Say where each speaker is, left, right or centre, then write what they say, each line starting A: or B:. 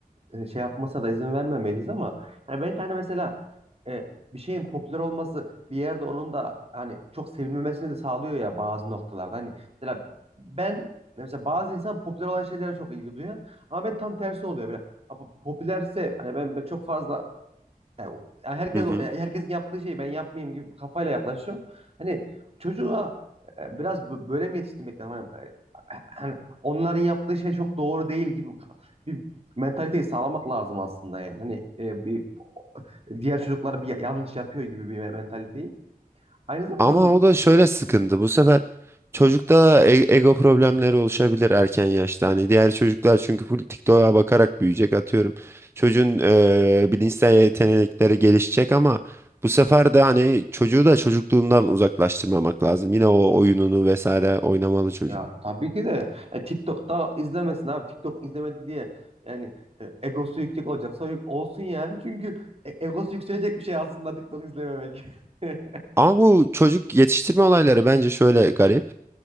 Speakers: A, on the right; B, on the right.
A: e, şey yapmasına da izin vermemeliyiz ama yani ben hani mesela e, bir şeyin popüler olması bir yerde onun da hani çok sevilmemesini de sağlıyor ya bazı noktalarda. Hani mesela ben mesela bazı insan popüler olan şeylere çok ilgi duyuyor ama ben tam tersi oluyor. Böyle, "Ha, bu popülerse hani ben, ben çok fazla yani o- yani herkes
B: Hı hı.
A: yani herkes yaptığı şeyi ben yapmayayım gibi kafayla yaklaşıyorum. Hani çocuğa e, biraz bö- böyle mi yetiştirmek lazım? Hani, e, e, hani onların yaptığı şey çok doğru değil gibi bir mentaliteyi sağlamak lazım aslında yani. Hani e, bir diğer çocuklar bir yanlış yapıyor gibi bir mentaliteyi. Aynı zamanda
B: Ama
A: bu
B: o da şöyle sıkıntı. Bu sefer çocukta e- ego problemleri oluşabilir erken yaşta. Hani diğer çocuklar çünkü full TikTok'a bakarak büyüyecek atıyorum. Çocuğun e, bilinçsel yetenekleri gelişecek ama bu sefer de hani çocuğu da çocukluğundan uzaklaştırmamak lazım. Yine o oyununu vesaire oynamalı çocuk.
A: Ya tabii ki de e, TikTok'ta izlemesin abi. TikTok izlemedi diye yani e, egosu yüksek olacaksa olsun yani. Çünkü e, egosu yükselecek bir şey aslında TikTok izlememek. <laughs>
B: Ama bu çocuk yetiştirme olayları bence şöyle garip.